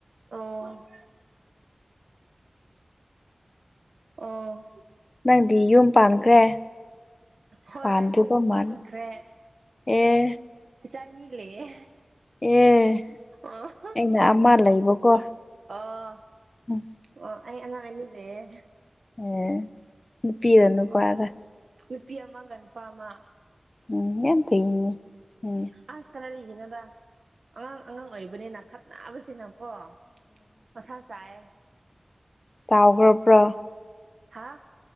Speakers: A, on the right; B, on the left.
A: ꯑꯣ <unintelligible> ꯑꯣ
B: ꯅꯪꯗꯤ ꯌꯨꯝ ꯄꯥꯟꯈ꯭ꯔꯦ
A: ꯍꯣꯏ
B: ꯄꯥꯟꯗ꯭ꯔꯤꯕ
A: ꯑꯩꯁꯨ ꯌꯨꯝ
B: ꯃꯥꯜꯂꯦ
A: ꯄꯥꯟꯈ꯭ꯔꯦ
B: ꯑꯦ
A: ꯏꯆꯥ ꯑꯅꯤ ꯂꯩꯌꯦ
B: ꯑꯦ
A: ꯑꯣꯍꯣ
B: ꯑꯩꯅ ꯑꯃ ꯂꯩꯕꯀꯣ
A: ꯑꯣ
B: ꯎꯝ
A: ꯑꯣ ꯑꯩ ꯑꯉꯥꯡ ꯑꯅꯤ ꯂꯩꯌꯦ
B: ꯑꯦ ꯅꯨꯄꯤꯔꯥ ꯅꯨꯄꯥꯔꯥ
A: ꯑꯣ ꯅꯨꯄꯤ ꯑꯃꯒ ꯅꯨꯄꯥ ꯑꯃ
B: ꯎꯝ ꯌꯥꯝ ꯐꯩꯅꯦ ꯎꯝ
A: ꯑꯁ ꯀꯗꯥꯏꯗꯒꯤꯅꯣꯗ ꯑꯉꯥꯡ ꯑꯉꯥꯡ ꯑꯣꯏꯔꯤꯕꯅꯤꯅ ꯈꯠꯅꯕꯁꯤꯅꯀꯣ ꯃꯊꯥ ꯁꯥꯏ
B: ꯆꯥꯎꯒ꯭ꯔꯕ꯭ꯔꯣ
A: ꯍꯥ